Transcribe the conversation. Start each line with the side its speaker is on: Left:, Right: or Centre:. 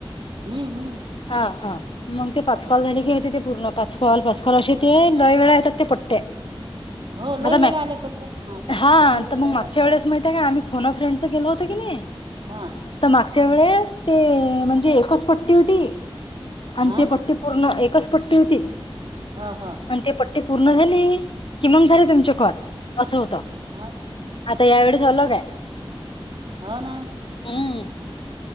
Right: हम्मं हम्मं.
Left: हां हां मंग ते पांच कॉल झाले कि होते ते पूर्ण. पांच कॉल पांच कॉल असे ते लई वेळां येतांत ते पट्टे.
Right: हो लय
Left: आंता
Right: वेळ आले पटकन माझ्या
Left: हां
Right: ते पिवळे
Left: तरं मंग
Right: झाल्या
Left: मागच्यां
Right: ना त्या
Left: वेळेस माहित आहे कां आम्हीं. फोन अ फ्रेंड चं केलं होतं की नाहीं.
Right: हां.
Left: तरं मागच्यां वेळेस ते म्हणजे
Right: हा
Left: एकचं पट्टी होती आणि
Right: हा
Left: ते पट्टी. पूर्ण एकचं पट्टी होती.
Right: हां हां.
Left: आणि ते पट्टी पूर्ण झाली कि मंग झाले तुमचे कॉल असं होतं.
Right: हां
Left: आंता यांवेेळेस झाले कायं
Right: हो नां
Left: हम्मं